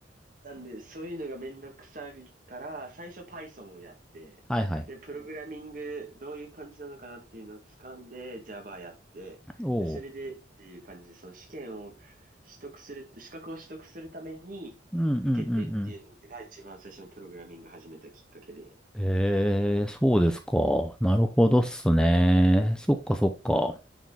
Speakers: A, on the right; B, in the centre.
A: なんで、そういうのがめんどくさいから、最初 Python をやって、
B: はいはい。
A: で、プログラミング、どういう感じなのかなっていうのを掴んで、Java やって、
B: おう。
A: で、それでっていう感じで、その試験を取得する、資格を取得するために、
B: うんうんうんうん。
A: 受けてっていうのが一番最初のプログラミングを始めたきっかけで、
B: ええ、そうですか。なるほどっすね。そっかそっか。